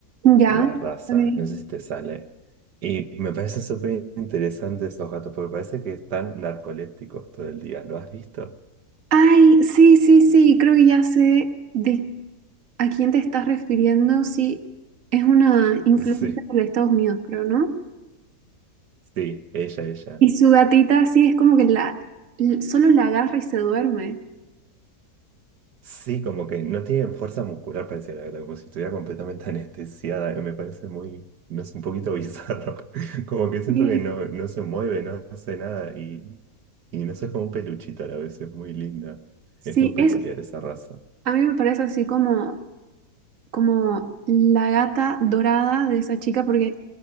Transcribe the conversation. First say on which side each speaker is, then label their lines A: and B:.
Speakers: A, on the right (about 55°); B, on the right (about 80°).
A: Ya.
B: la raza,
A: Ok.
B: no sé si te sale. Y me parecen súper interesantes esos gatos, porque parece que están narcolépticos todo el día. ¿Lo has visto?
A: Ay, sí, sí, sí, creo que ya sé de a quién te estás refiriendo. Sí, es una influencer
B: <laughs> Sí,
A: de Estados Unidos, creo, ¿no?
B: sí, ella, ella.
A: Y su gatita, sí, es como que la, l- solo la agarra y se duerme.
B: Sí, como que no tiene fuerza muscular, parece la gata, como si estuviera completamente <laughs> anestesiada. eh, Me parece muy, no es un poquito bizarro. <laughs> Como que siento
A: Sí,
B: que no, no se mueve, no hace nada y, y no sé, es como un peluchito a la vez, es muy linda.
A: sí,
B: Es muy peculiar
A: es,
B: esa raza.
A: a mí me parece así como, como la gata dorada de esa chica, porque,